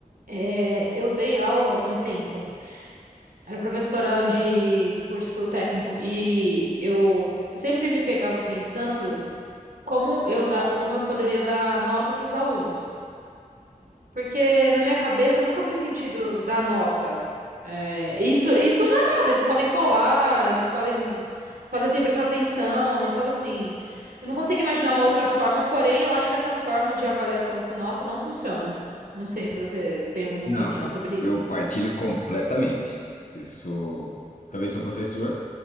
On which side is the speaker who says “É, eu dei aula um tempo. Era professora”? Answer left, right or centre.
Right